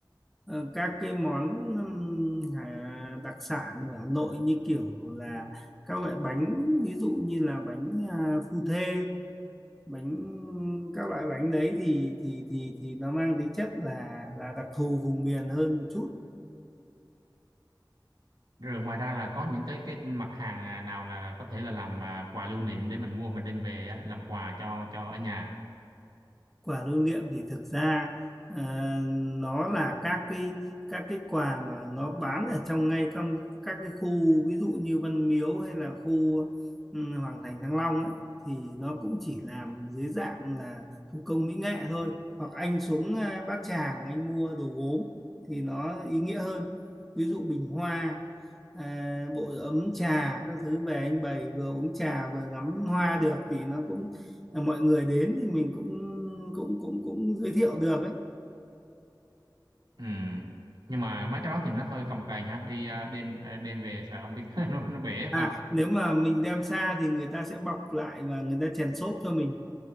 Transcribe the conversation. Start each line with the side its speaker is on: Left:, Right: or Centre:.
Centre: Ờ, các cái món ừm, hà- đặc sản của Hà Nội như kiểu là các loại bánh ví dụ như là bánh à, phu thê bánh các loại bánh đấy thì thì thì thì nó mang tính chất là là đặc thù vùng miền hơn một chút
Right: rồi ngoài ra là có những cái cái mặt hàng à, nào là có thể là làm à, quà lưu niệm để mình mua mình đem về á, làm quà cho cho ở nhà
Centre: quà lưu niệm thì thực ra ờ, nó là các cái các cái quà mà nó bán ở trong ngay trong các cái khu ví dụ như Văn Miếu hay là khu ừ, Hoàng Thành Thăng Long ấy thì nó cũng chỉ làm dưới dạng là thủ công mỹ nghệ thôi hoặc anh xuống ờ, Bát Tràng anh mua đồ gốm thì nó ý nghĩa hơn ví dụ bình hoa ờ, bộ ấm trà các thứ về anh bày vừa uống trà vừa ngắm hoa được thì nó cũng là mọi người đến thì mình cũng cũng cũng cũng giới thiệu được ấy
Right: ừ. nhưng mà mấy cái đó thì nó hơi cồng kềnh ha đi à, đem à, đem về sợ không biết <laughs> nó nó bể
Centre: à
Right: ta
Centre: nếu mà mình đem xa thì người ta sẽ bọc lại và người ta chèn xốp cho mình